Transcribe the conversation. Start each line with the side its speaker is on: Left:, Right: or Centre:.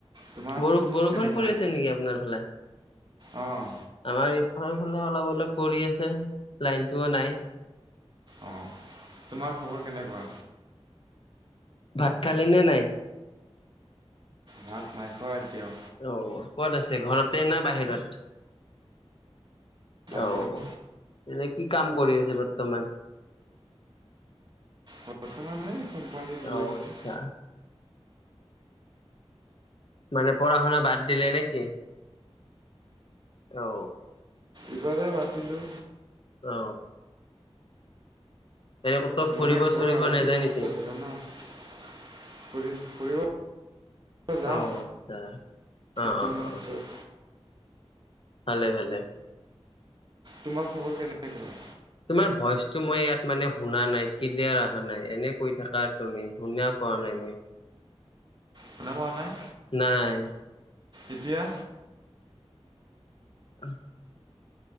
Right: তোমাৰ
Left: বৰ বৰষুণ
Right: কেনেকুৱা
Left: পৰি আছে নেকি আপোনাৰ ফালে?
Right: অঁ
Left: আমাৰ এইফালৰ ফালে-অলপ। পৰি আছে। লাইনটোও নাই
Right: অ তোমাৰ খবৰ কেনেকুৱা?
Left: ভাত খালে নে নাই?
Right: ভাত নাইখোৱা এতিয়াও।
Left: অহ, ক'ত আছে ঘৰতে না বাহিৰত?
Right: বাহিৰত
Left: তেওঁ এনে কি কাম কৰি আছে বৰ্তমান।
Right: বৰ্তমানে কোম্পানীত গৈ
Left: অ
Right: আছোঁ
Left: আচ্ছা মানে পঢ়া-শুনা বাদ দিলে নেকি? অ।
Right: ইবাৰে বাদ দিলোঁ
Left: অ। এনে ক'তো ফুৰিব
Right: মানে, ঘৰ
Left: চুৰিব
Right: আৰ্থিক
Left: নাযায়
Right: অৱস্থা
Left: নেকি
Right: বেয়া নহ। ফুৰি ফুৰিব যাম
Left: অ' আটচ্ছা। অ'
Right: তিনিজন
Left: অ' অ'।
Right: পিছত
Left: ভালে ভালে।
Right: তোমাৰ খবৰ কেনেকুৱা?
Left: তোমাৰ ভইচটো মই ইয়াত মানে শুনা নাই ক্লিয়াৰ অহা নাই এনে কৈ থাকা তুমি শুনা পোৱা নাই মই
Right: শুনা পোৱা নাই
Left: নাই
Right: এতিয়া।
Left: <unintelligible>